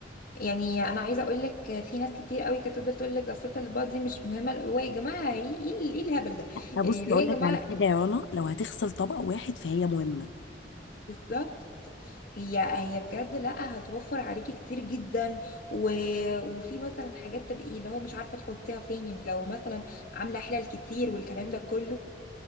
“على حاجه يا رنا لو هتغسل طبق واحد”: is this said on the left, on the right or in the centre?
Left